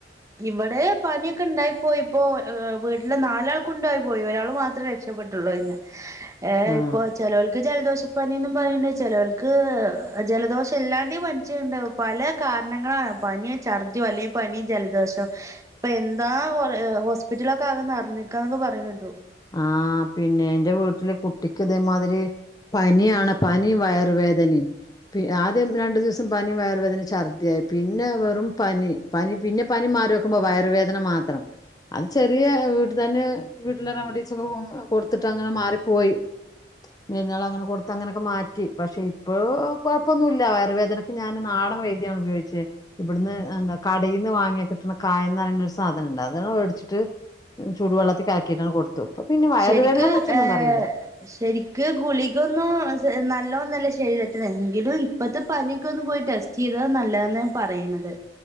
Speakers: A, on the right; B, on the left.
A: ഇവടെ പനിയൊക്കെ ഇണ്ടായിപ്പോയി ഇപ്പോ ഏ വീട്ടിലെ നാലാൾക്കുണ്ടായി പോയി ഒരാള് മാത്രേ രക്ഷപ്പെട്ടോള്ളൂ അയ്ന്ന്
B: <inaudible>
A: ഏഹ്
B: ആഹ്
A: ഇപ്പോ ചെലോൽ ജലദോഷപ്പനിന്നും പറയ്ണ്ട് ചിലോൽക്ക് ജലദോഷം ഇല്ലാണ്ടി പ നിച്ണ്ടാവും പല കാരണങ്ങളാണ് പനി ഛർദിയോ അല്ലെങ്കിൽ പനി ജലദോഷോ ഇപ്പൊ എന്താ ഹോസ്പിറ്റലക്കെ ആകെ നർ ഞ്ഞക്കാന്നൊക്കെ പറയണേട്ടു
B: ആ പിന്നെ എന്റെ വീട്ടില് കുട്ടിക്ക് ഇതേമാതിരി പനി ആണ് പ്പനി വയറുവേദനിം പി ആദ്യം രണ്ടു ദിവസം പനി വയർുവേദന ഛർദിയായി പിന്നെ വെറും പനി പനി പിന്നെ പനി മാറിക്കുമ്പോ വയറു വേദന മാത്രം അത് ചെറിയ വീട്ട് തന്നെ വീട്ടില റെമഡീസ് ഒക്കെ കൊടുത്തിട്ട് അങ്ങനെ മാറിപ്പോയി മരുന്നുകളങ്ങനെ കൊടുത്ത് അങ്ങനൊക്കെ മാറ്റി പക്ഷെ ഇപ്പൊ കൊഴപ്പൊന്നുല്ല വയർവേദന ഞാൻ നാടൻ വൈദ്യാണ് ഉപയോഗിച്ചത് ഇവിടന്ന് എന്താ കടയിന്ന് വാങ്ങിയ കിട്ടണ കായന്ന് റയണ ഒരു സാധനംണ്ട് അതാണ്ട് വേടിച്ചിട്ട് ചൂടുവെള്ളത്തി കലക്കിയിട്ടാണ് കൊടുത്തു പ്പ പിന്നെ വയറുവേദനെ
A: ശരിക്ക്
B: കുറിച്ചൊന്നും
A: ഏ
B: പറയില്ല
A: ശരിക്ക് ഗുളികൊന്നും നല്ലോന്നല്ല ശരീരത്തിന് എങ്കിലും ഇപ്പത്തെ പനിക്കെ ഒന്ന് പോയി ടെസ്റ്റ് ചെയ്താ നല്ലതാന്ന് പറയണത്